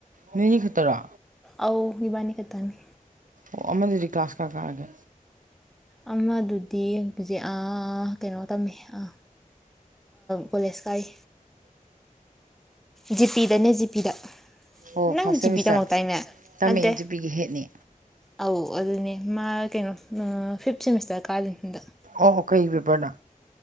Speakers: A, on the right; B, in the centre.
A: ꯅꯣꯏꯅꯤ ꯈꯛꯇꯔꯣ
B: ꯑꯧ ꯏꯕꯥꯅꯤ ꯈꯛꯇꯥꯅꯤ
A: ꯑꯣ ꯑꯃꯗꯨꯗꯤ ꯀ꯭ꯂꯥꯁ ꯀꯌꯥ ꯀꯥꯔꯒꯦ
B: ꯑꯃꯗꯨꯗꯤ ꯍꯧꯖꯤꯛ ꯑꯥ ꯀꯩꯅꯣ ꯇꯝꯃꯦ ꯑ ꯀꯣꯂꯦꯁ ꯀꯥꯔꯤ ꯖꯤꯄꯤꯗꯅꯦ ꯖꯤꯄꯤꯗ
A: ꯑꯣ
B: ꯅꯪ
A: ꯐꯥꯔꯁ ꯁꯦꯃꯤꯁꯇꯔ
B: ꯖꯤꯄꯤꯗ ꯇꯃꯛꯇꯥꯏꯅꯦ
A: ꯇꯝꯃꯛꯑꯦ
B: ꯅꯠꯇꯦ
A: ꯖꯤꯄꯤꯒꯤ ꯍꯦꯠꯅꯤ
B: ꯑꯧ ꯑꯗꯨꯅꯦ ꯃꯥ ꯀꯩꯅꯣ ꯑ ꯐꯤꯞ ꯁꯦꯃꯤꯁꯇꯔ ꯀꯥꯗꯣꯢꯅꯦ ꯍꯟꯗꯛ
A: ꯑꯣ ꯀꯩ ꯄꯦꯕꯔꯗ